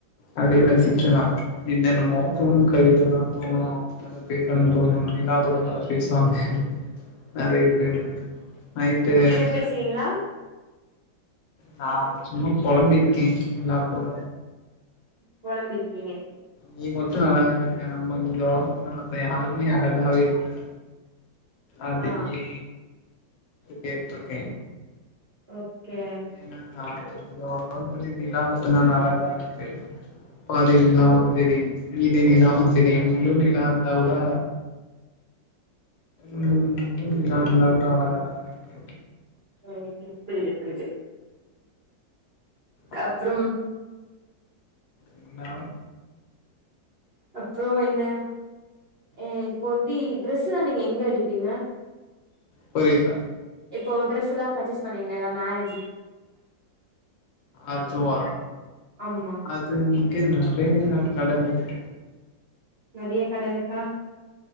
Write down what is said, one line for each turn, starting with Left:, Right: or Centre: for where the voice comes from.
Left: அப்டியே ரசிக்கலா என்னென்னமோ தோணு கவிதைலா தோணு கத பேசன்னு தோணு நிலா கூட கத பேசுவாங்க நெறைய பேரு நைட்டு
Right: நீங்க பேசுவிங்களா
Left: நா சும்மா பொலம்பிருக்கே நிலா கூட
Right: பொலம்பிருக்கிங்க
Left: நீ மட்டு அழகா இருக்க நம்ம இந்த உலகத்ல மத்த யாருமே அழகாவே இல்ல அது
Right: ஆ
Left: ஏ கேட்ருக்கே
Right: ஓகே
Left: ஏனா ஆஹ் இந்த ஒலகத்துலே நிலா மட்டுந்தான அழகாருக்கு பாதிங்ளாவு செரி மீதி நிலாவு செரி முழு நிலா இருந்தா கூட உம் முழு நிலா இருந்தா கூட அழகாதாருக்கு
Right: ம் பிடிக்கு பிடிக்கு
Left: ஆமா
Right: அப்றம்
Left: என்னா
Right: அப்றொ என்ன எ இப்பொ எப்டி ட்ரெஸ்லா நீங்க எங்க எடுப்பிங்க
Left: புரில
Right: இப்போ ட்ரெஸ்லா பச்சஸ் பண்ணிங்ள மேரேஜ்
Left: அதுவா
Right: ஆமா
Left: அது <unintelligible> நறயா கட இருக்கு
Right: நறய கட இருக்கா